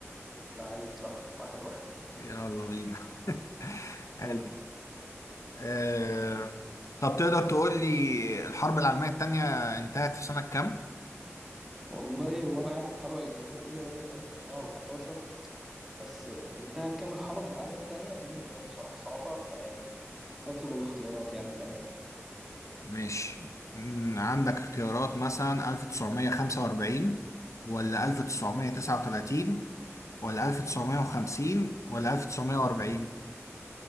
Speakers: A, in the centre; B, on the left.
A: لعيب صح واحد واحد
B: يلا بينا <laughs> حلو
A: دور
B: آه... طب تقدر تقول لي الحرب العالمية التانية انتهت في سنة كام؟
A: والله وانا عارف الحرب العالميه الاولى بدات 1914 بس انتهت كام الحرب العالميه الثانيه دي بالنسبه لي بصراحه صعبه فيعني اطلب الاختيارات يعني الامان
B: ماشي مم، عندك اختيارات مثلا 1945 ولا 1939 ولا 1950 ولا 1940